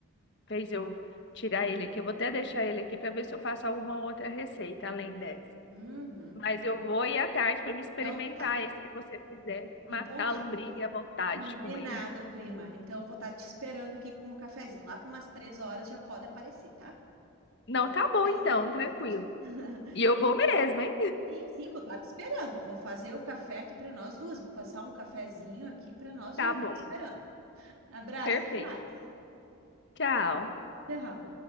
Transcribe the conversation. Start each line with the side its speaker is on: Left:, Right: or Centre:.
Left: fez eu tirar ele aqui. Eu vou até deixar ele aqui pra ver se eu faço alguma outra receita além dessa.
Right: Uhum.
Left: Mas eu vou ir à tarde pra me experimentar
Right: Então, tá.
Left: esse que você fizer.
Right: Então
Left: Matar
Right: tá,
Left: a lombriga
Right: com-
Left: e a vontade
Right: combinado,
Left: de comer.
Right: prima. Então eu vou estar te esperando aqui com o cafezinho. Lá por umas três horas já pode aparecer, tá?
Left: Não,
Right: Eu vou estar
Left: tá
Right: com
Left: bom
Right: a receita
Left: então,
Right: pronta
Left: tranquilo.
Right: já. <laughs>
Left: E eu vou mesmo, hein?
Right: Sim, sim, vou estar te esperando. Vou fazer o café aqui para nós duas. Vou passar um cafezinho aqui para nós
Left: Tá
Right: duas
Left: bom.
Right: já te esperando. Abraço,
Left: Perfeito.
Right: até mais.
Left: Tchau.
Right: Tchau.